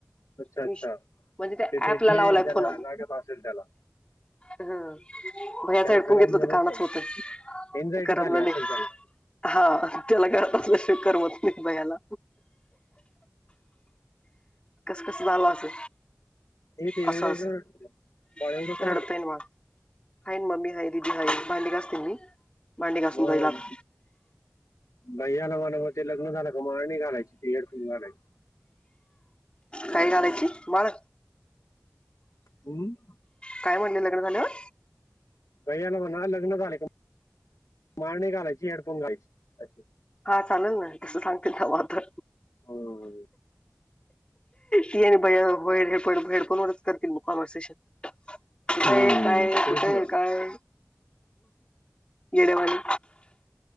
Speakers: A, on the left; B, on the left.
A: अच्छा अच्छा
B: म्हणजे त्या
A: ते ते
B: ऍप
A: जे
B: ला लावलाय
A: त्याला
B: फोनने
A: लागत असेल त्याला
B: ह भयाच
A: त्याला
B: हडकून
A: करमलं
B: घेतलं होत कानाच
A: नसेल
B: होत
A: एन्झायटी
B: करमलाने
A: झाली असेल त्याला
B: हा त्याला घरातातलं शे करमत म भयाला कसं कसं झालं असं.
A: हे ते एवढं
B: असं असं
A: का बाळ एवढं का
B: रड
A: रडते
B: तनवाद हा मम्मी हय रीदी हा भांडी घासतील मी भांडी घासून
A: मग
B: जाईला आता
A: भैयाला म्हनव ते लग्न झालं का माणी घालायची ते हेडफून घालायची.
B: काही घालायची मला
A: हम्.
B: काय म्हणले लग्न झाल्यावर
A: गैयाला म्हणा लग्न झाले का मारणी घालायची हेडफोन घालायची असशी.
B: हा चालेल ना तसं सांगतील ना म तर
A: हम्म.
B: ती आहे भया हो हे प हेडपोन वच करतील मग कॉम्हर्सेशन कुठ आहे
A: हम्म.
B: काय
A: तेच
B: कुठे आहे
A: ना
B: काय गेडेवाली